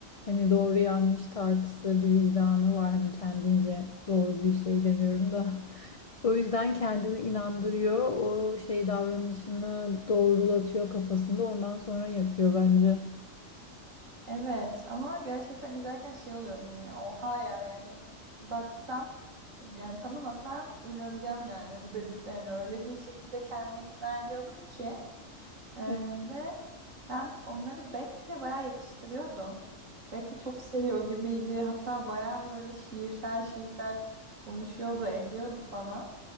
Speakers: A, on the left (about 60°); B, on the right (about 75°).
A: hani doğru yanlış tartısı, bir vicdanı var. Hani kendince doğru bir şey demiyorum da. O yüzden kendini inandırıyor. O şey davranışını doğrulatıyor kafasında. Ondan sonra yapıyor bence.
B: Evet ama gerçekten izlerken şey oluyordum ya. Oha ya yani baksam yani tanımasam inanacağım yani bu dediklerine öyle bir şekilde kendini ikna ediyordu ki. Ee,
A: Evet.
B: ve ben onları Beck'le bayağı yakıştırıyordum. Beck'i çok seviyor gibiydi. Hatta bayağı böyle şiirsel şiirsel konuşuyordu, ediyordu falan.